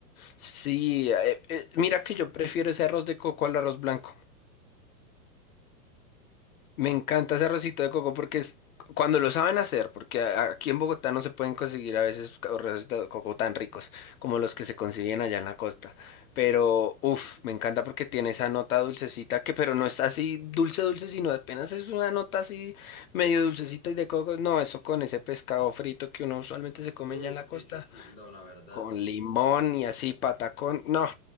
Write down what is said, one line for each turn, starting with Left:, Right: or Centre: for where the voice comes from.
Left: sí, eh, eh, mira que yo prefiero ese arroz de coco al arroz blanco. Me encanta ese arrocito de coco porque es cuando lo saben hacer, porque a- aquí en Bogotá no se pueden conseguir a veces ca- arrocitos de coco tan ricos como los que se consiguen allá en la costa. Pero, uff, me encanta porque tiene esa nota dulcecita que, pero no está así dulce, dulce, sino apenas es una nota así medio dulcecita y de coco. No, eso con ese pescado frito que uno usualmente se come
Centre: Uf,
Left: ya en la costa,
Centre: sí, sí, sí, no, la verdad,
Left: con
Centre: sí.
Left: limón y así patacón. No,